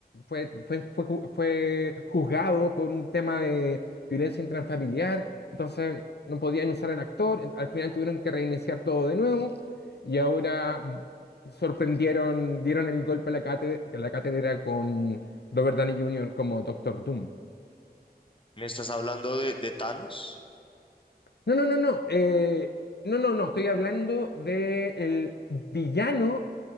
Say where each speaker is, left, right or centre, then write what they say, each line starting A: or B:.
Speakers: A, on the left (about 80°); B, on the left (about 30°).
A: fue, fue, fue, ju- fue juzgado por un tema de violencia intrafamiliar. Entonces no podían usar al actor. Al final tuvieron que reiniciar todo de nuevo. Y ahora sorprendieron, dieron el golpe a la cátedra, a la cátedra con Robert Downey Jr. como Doctor Doom.
B: ¿Me estás hablando de, de Thanos?
A: No, no, no, no. eh, no, no, no. Estoy hablando de el villano